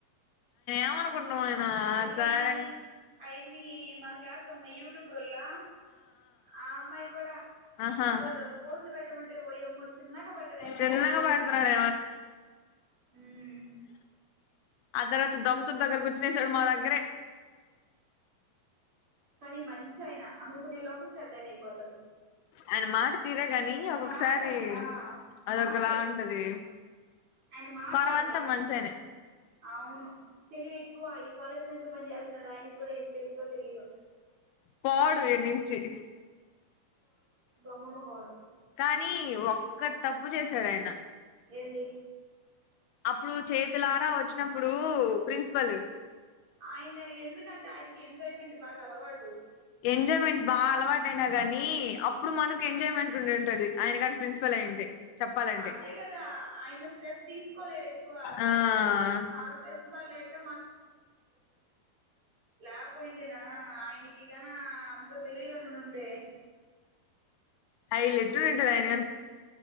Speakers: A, on the left (about 85°); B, on the right (about 35°).
A: ఎవనుకుంటున్నవ్ ఆయన
B: అదిగాని
A: సార్
B: అయన్ని మా క్లాస్ అమ్మాయి యూట్యూబ్ రోలా ఆ అమ్మాయి కూడా
A: ఆహా
B: పొ పొసులు పెట్టమంటే ఓయమ్మో చిన్నగ పెట్టడే
A: చిన్నగా
B: ప్పో
A: పాడుతున్నాడు
B: ఉమ్
A: అదర్ దమ్సప్ దగ్గర కొచ్చి చేసాడు మా దగ్గరే
B: కానీ మంచి అయినా అనుకునే లోపల చెడ్డన అయిపోతాడు.
A: ఆయన మాట తీరే గాని ఒక్కొకసారి
B: మాటలు ఒకటే ఆ
A: అదొకలా
B: మాటలే
A: ఉంటది.
B: ఆయన మాటలు
A: కొరవంతా
B: ఒకటే
A: మంచాయనే
B: అవును తెలివి ఎక్కువ ఈ కాలేజీలో ఎందుకు పని చేస్తున్నాడు. ఆయనకు కూడా ఎం తెలుసో తెలీదో
A: పోడు ఇడ్నుంచి
B: దొంగమకోడు
A: కానీ ఒక్క తప్పు చేశాడు ఆయన
B: ఏంది
A: అప్పుడు చేతులారా వచ్చినప్పుడు ప్రిన్సిపల్
B: ఆయన ఎందుకంటే ఆయనకి ఎంజాయ్మెంట్ బాగా అలవాటు
A: ఎంజాయ్మెంట్ బాగా అలవాటయినా కానీ అప్పుడు మనకు ఎంజాయ్మెంట్ ఉండి ఉంటది ఆయన కాని ప్రిన్సిపల్ అయింటే చెప్పాలంటే
B: అదే కదా ఆయన స్ట్రెస్ తీసుకోలేడు ఎక్కువ
A: ఆ
B: ఆ స్ట్రెస్ పడలేక లేకపోయిండేనా ఆయనకి కన అంత తెలివిగన ఉండుంటే
A: హైలెట్టు ఉంటది ఆయన